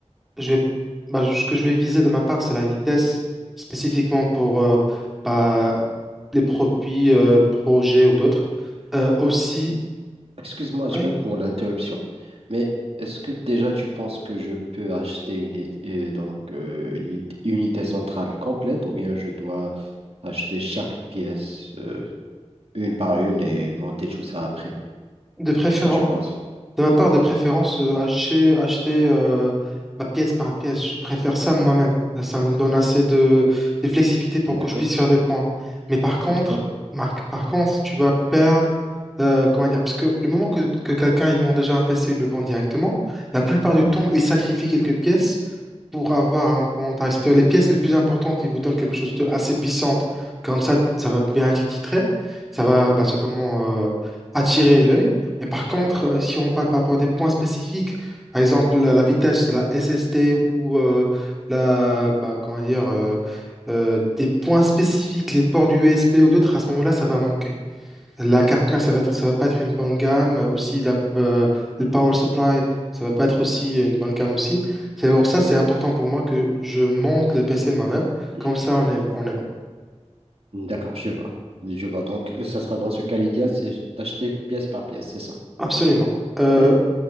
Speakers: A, in the centre; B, on the right.
A: je vais, bah, ce que je vais viser de ma part, c'est la vitesse, spécifiquement pour euh, bah, les produits, euh, projets ou d'autres. Euh, aussi,
B: Excuse-moi,
A: ouais,
B: Ahmed, pour l'interruption, mais est-ce que déjà tu penses que je peux acheter une, é- euh, donc, euh, une unité unité centrale complète ou bien je dois acheter chaque pièce euh, une par une et monter tout ça après?
A: de préférence.
B: Qu'est-ce que tu penses?
A: De ma part, de préférence, euh, acheter, acheter euh, ma pièce par pièce. Je préfère ça moi-même. Ça, ça me donne assez de, de flexibilité pour
B: D'accord,
A: que je puisse faire des points. Mais par contre,
B: d'accord,
A: Marc, par contre, tu vas perdre, euh, comment dire, parce que le moment que, que quelqu'un il monte déjà un PC et le vend directement, la plupart du
B: oui.
A: temps, il sacrifie quelques pièces pour avoir un bon tarif. C'est-à-dire les pièces les plus importantes, ils vous donnent quelque chose de assez puissante. Comme ça, ça va bien être titré. Ça va bah, simplement euh, attirer l'œil. Et par contre, euh, si on parle par rapport à des points spécifiques, par exemple la, la vitesse de la SST ou euh, la, bah, comment dire, euh, euh, des points spécifiques, les ports du USB ou d'autres, à ce moment-là, ça va manquer. La carte mère, ça va être, ça va pas être une bonne gamme. Aussi, la, euh, le power supply, ça va pas être aussi une bonne gamme aussi. C'est pour ça, c'est important pour moi que je monte le PC moi-même.
B: Oui.
A: Comme ça, on est, on est bon.
B: D'accord, je vois. Je vois. Donc, euh, ça sera dans ce cas l'idéal, c'est d'acheter pièce par pièce, c'est ça.
A: Absolument. Euh,
B: Mais,